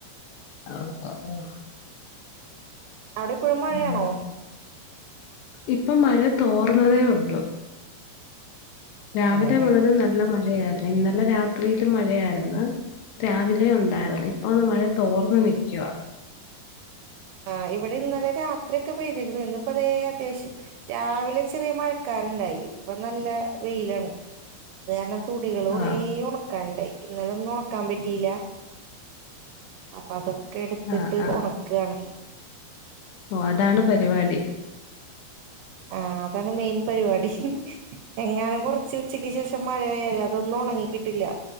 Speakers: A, on the left; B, on the right.
A: ഓ ഓ ഓ
B: അവിടിപ്പഴും മഴയാണോ
A: ഉം. ഇപ്പൊ മഴ തോർന്നതേ ഉള്ളു രാവിലെ
B: അതെല്ലെ
A: മുതലൽ നല്ല മ മഴായിരുന്നു ഇന്നലെ രാത്രിയിലും മഴയായിരുന്നു രാവിലെ ഉണ്ടായിരുന്നു ഇപ്പ ഒന്ന് മഴ തോർന്ന നിക്കുവാ
B: ആഹ് ഇവിടെ ഇന്നലെ രാത്രിയൊക്കെ പെയ്തിരുന്നു ഇന്നപ്പോ അതേ അത്യാവശ്യം രാവിലെ ചെറിയ മഴക്കാരറുണ്ടായി ഇപ്പൊ നല്ല വെയിലാണ് അത് കാരണം തുണികള് കുറേ
A: ആ
B: ഉണക്കാൻണ്ടായി ഇന്നല ഒന്നും നോക്കാൻ പറ്റിയില്ല അപ്പ അത ഒക്കെ എടുത്തിട്ട്
A: ആ ആ
B: ഉണക്കുകയാണ്
A: ഓ അതാണ് പരിപാടി
B: ആഹ അതാണ് മെയിൻ പരിപാടി എങ്ങാനും കുറച്ച് ഉച്ചയ്ക്ക് ശേഷം മഴയായാലേ അതൊന്നും ഉണങ്ങി കിട്ടില്ല